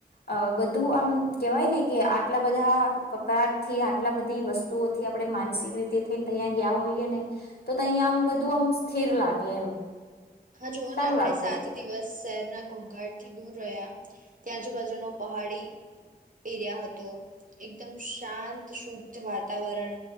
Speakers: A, on the left; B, on the right.
A: અ બધું આમ કેહેવાય ને કે આટલા બધા કકરાટ થી આટલા બધી વસ્તુઓથી આપણે માનસિક રીતે. અહીંયા ગયા હોઈએ ને તો અહીંયા આમ બધું આમ સ્થિર લાગે એમ.
B: હા જોુઓ
A: સારું
B: ને આપણે
A: લાગતું
B: સાત
A: હતું.
B: દિવસ શહેરના ઘોંઘાટ થી દૂર રહ્યા. ત્યાં આજુબાજુનો પહાડી એરિયા હતો એકદમ શાંત શુદ્ધ વાતાવરણ